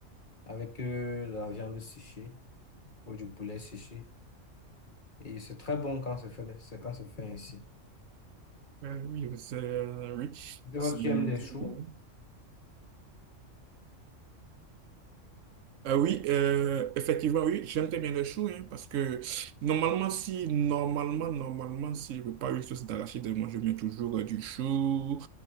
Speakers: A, on the left (about 40°); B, on the right (about 75°).
A: avec euh, de la viande séchée ou du poulet séché. Et c'est très bon quand c'est fait, c'est quand c'est fait ainsi.
B: Euh, Oui, c'est euh, oui.
A: Je sais
B: C'est
A: pas si tu
B: euh,
A: aimes des
B: très
A: choux.
B: bon. Euh, oui, euh, effectivement, oui, j'aime très bien le chou, hein, parce que normalement, si, normalement, normalement, si je veux pas une sauce d'arachide, moi, je mets toujours euh, du chou,